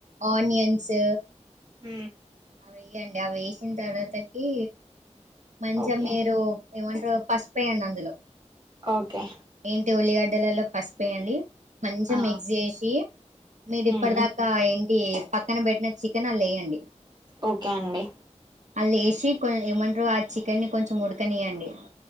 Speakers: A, on the right; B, on the right.
A: ఆనియన్స్
B: హ
A: అవి వెయ్యండి అవి వేసిన తర్వాతకి మంచిగా
B: ఓకే
A: మీరు ఏమంటారు పసుపు ప్ప ఎలో
B: ఓకే
A: ఏంటి ఉలిగాడ్ గద్దలలో పసిపోయండి మంచిగా
B: ఆ
A: మిక్స్ చేసి మీరి ఇప్పటి
B: మ్మ్
A: దాకా ఏంటి పక్కన పెట్టిన చికెన్ అ లేయంండి
B: ఓకే అండి
A: అల్ ఏేసి కొ ఏమన్ చికెన్ని ని కొంచెం ఉడకనివ్యండి